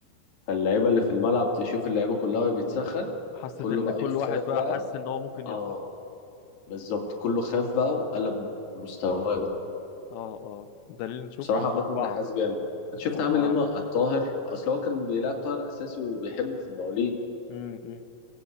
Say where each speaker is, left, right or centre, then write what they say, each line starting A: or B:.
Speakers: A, on the left (about 65°); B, on the left (about 80°).
A: فاللعيبة اللي في الملعب تشوف اللعيبة كلها وهي بتسخن
B: حسيت
A: كله
B: ان
A: بقى
B: كل
A: يخاف
B: واحد بقى
A: بقى
B: حس ان هو ممكن
A: اه
B: يطلع
A: بالظبط كله خاف بقى وقلب مستواه بقى
B: اه اه دليل نشوف
A: بصراحة
B: أربعة
A: عماد النحاس جامد انت شفت
B: أربعة
A: عامل ايه مع الطاهر اصل هو كان بيلعب طاهر اساسي وبيحبه في المقاولين
B: امم أمم.